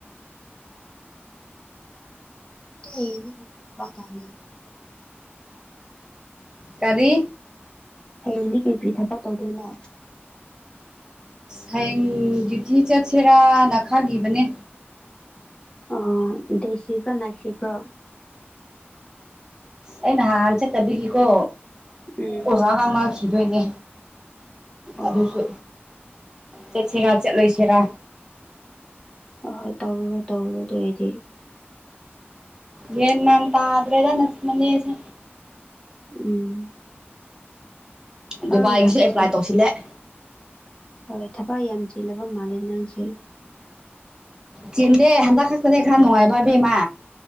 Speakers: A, on the left; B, on the right.
A: <unintelligible>
B: ꯀꯔꯤ
A: ꯍꯌꯦꯡꯗꯤ ꯀꯩ ꯀꯔꯤ ꯊꯕꯛ ꯇꯧꯗꯣꯏꯅꯣ
B: ꯍꯌꯦꯡ ꯗ꯭ꯌꯨꯇꯤ ꯆꯠꯁꯤꯔꯥꯅ ꯈꯜꯂꯤꯕꯅꯦ
A: ꯑꯥ ꯗꯦ ꯁꯤꯞꯀꯥ ꯅꯥꯏꯠ ꯁꯤꯞꯀꯥ
B: ꯑꯩ ꯅꯍꯥꯟ ꯆꯠꯇꯕꯤꯒꯤꯀꯣ
A: ꯎꯝ
B: ꯋꯥ ꯉꯥꯡꯅꯈꯤꯗꯣꯏꯅꯦ
A: ꯑꯣ
B: ꯑꯗꯨꯁꯨ ꯆꯠꯁꯤꯔꯥ ꯆꯠꯂꯣꯏꯁꯤꯔꯥ
A: ꯍꯣꯏ ꯍꯣꯏ ꯇꯧꯔꯨꯔꯣ ꯇꯧꯔꯨꯔꯣ ꯑꯗꯨ ꯑꯣꯏꯗꯤ
B: ꯃꯦꯟ ꯃꯥꯟ ꯇꯥꯗꯨ꯭ꯔꯦꯗ ꯅꯥꯅꯦ ꯁꯤ
A: ꯎꯝ ꯊꯕꯛ
B: ꯗꯨꯕꯥꯏꯒꯤꯁꯨ
A: ꯌꯥꯝ
B: ꯑꯦꯄ꯭ꯂꯥꯏ
A: ꯆꯤꯜ
B: ꯇꯧꯁꯤꯜꯂꯦ
A: ꯍꯣꯏ ꯊꯕꯛ ꯌꯥꯝ ꯆꯤꯜꯂꯕ ꯃꯥꯜꯂꯦ ꯅꯪꯁꯦ
B: ꯆꯦꯟꯗꯦ ꯍꯟꯗ ꯈꯥꯁꯇꯅꯦ ꯈꯔ ꯅꯨꯡꯉꯥꯏꯕꯕꯃ